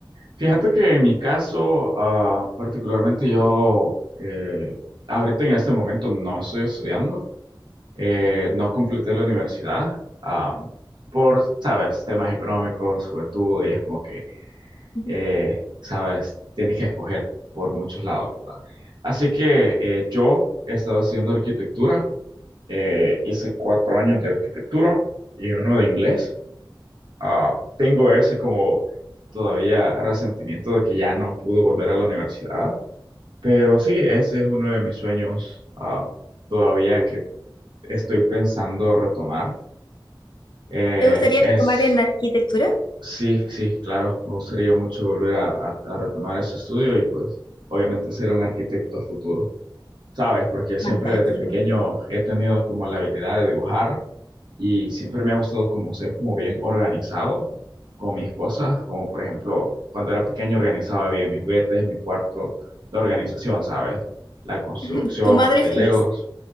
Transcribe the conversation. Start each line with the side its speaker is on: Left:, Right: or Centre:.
Right: Fíjate que en mi caso, ah, particularmente yo, eh, ahorita en este momento no estoy estudiando. Eh, no completé la universidad am, por, sabes, temas económicos, juventud, y es como que,
Left: Ujú.
Right: eh, sabes, tienes que escoger por muchos lados, ¿verdad? Así que eh, yo he estado haciendo arquitectura, eh, hice cuatro años de arquitectura y uno de inglés. Ah, tengo ese como todavía resentimiento de que ya no pude volver a la universidad, pero sí, ese es uno de mis sueños ah, todavía que estoy pensando retomar. Eh,
Left: ¿Te gustaría
Right: es,
Left: retomar en arquitectura?
Right: sí, sí, claro, me gustaría mucho volver a, a- a retomar ese estudio y pues obviamente ser un arquitecto a futuro, ¿sabes? Porque siempre
Left: Fantástico.
Right: desde pequeño he tenido como la habilidad de dibujar y siempre me ha gustado como ser como bien organizado con mis cosas, como por ejemplo cuando era pequeño organizaba bien mis juguetes, mi cuarto, la organización, ¿sabes? La construcción
Left: <laughs> Tu madre
Right: de
Left: feliz.
Right: Legos.